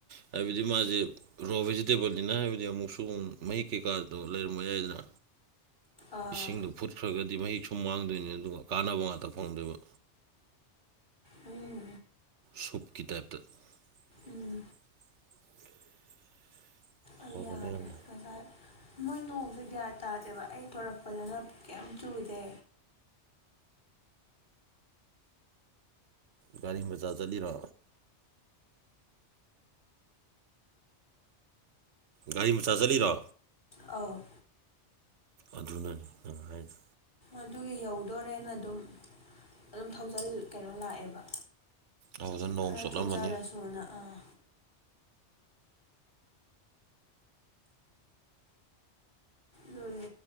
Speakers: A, on the right; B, on the left.
A: ꯍꯥꯏꯕꯗꯤ ꯃꯥꯁꯦ ꯔꯣ ꯚꯦꯖꯤꯇꯦꯕꯜꯅꯤꯅ ꯍꯥꯏꯕꯗꯤ ꯑꯃꯨꯛꯁꯨ ꯃꯍꯤ ꯀꯩꯀꯥꯗꯣ ꯂꯩꯔꯝꯕ ꯌꯥꯏꯗꯅ
B: ꯑꯥ
A: ꯏꯁꯤꯡꯗꯣ ꯐꯨꯠꯈ꯭ꯔꯒꯗꯤ ꯃꯍꯤꯛ ꯁꯨ ꯃꯥꯡꯗꯣꯏꯅꯤ ꯑꯗꯨꯒ ꯀꯥꯟꯅꯕ ꯉꯥꯛꯇ ꯐꯪꯗꯣꯏꯕ
B: ꯎꯝ
A: ꯁꯨꯞꯀꯤ ꯇꯥꯏꯞꯇ <inaudible>
B: ꯎꯝ ꯑꯩ ꯌꯥꯗ꯭ꯔꯦ
A: ꯌꯥꯝꯅ
B: ꯉꯁꯥꯏ ꯃꯣꯏ ꯅꯣꯡꯁꯦ ꯒ꯭ꯌꯥꯟ ꯇꯥꯗꯦꯕ ꯑꯩ ꯊꯣꯔꯛꯄꯗꯅ ꯀꯩꯝ ꯆꯨꯗꯦ
A: ꯒꯥꯔꯤ ꯃꯆꯥ ꯆꯠꯂꯤꯔꯣ ꯒꯥꯔꯤ ꯃꯆꯥ ꯆꯠꯂꯤꯔꯣ
B: ꯑꯥꯎ
A: ꯑꯗꯨꯅꯅꯤ ꯅꯥꯏꯗꯣ
B: ꯑꯗꯨꯒꯤ ꯌꯧꯗꯣꯔꯦꯅ ꯑꯗꯨꯝ ꯑꯗꯨꯝ ꯊꯧꯖꯜ ꯀꯩꯅꯣ ꯂꯥꯛꯑꯦꯕ
A: ꯑꯗꯨꯗ ꯅꯣꯡ
B: ꯈꯔ
A: ꯆꯣꯠꯂꯝꯃꯅꯤ
B: ꯆꯣꯠꯆꯔꯁꯨꯅ ꯑꯥ ꯗꯨꯒꯤ